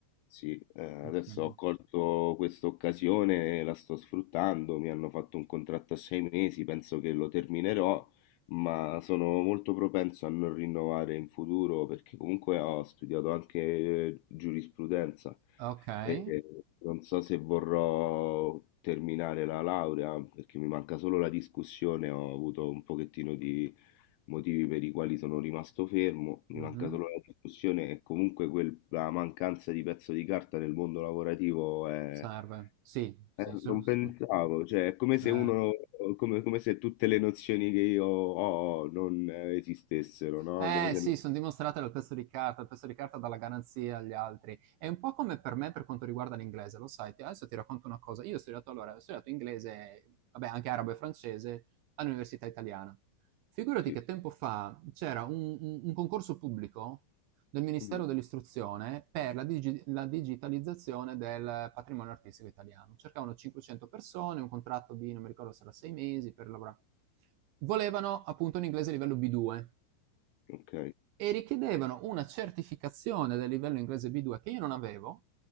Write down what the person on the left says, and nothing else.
Sì, ehm,
adesso ho colto questa occasione e la sto sfruttando. Mi hanno fatto un contratto a 6 mesi, penso che lo terminerò, ma sono molto propenso a non rinnovare in futuro perché comunque ho studiato anche eh, giurisprudenza.
E e non so se vorrò terminare la laurea perché mi manca solo la discussione, ho avuto un pochettino di motivi per i quali sono rimasto fermo, mi
manca solo la discussione e comunque quel- la mancanza di pezzo di carta nel mondo lavorativo è...
eh,
non
pensavo, cioè è come se
uno, come, come se tutte le nozioni che io ho non eh, esistessero, no?
Come se...
Sì,
mhm,
ok,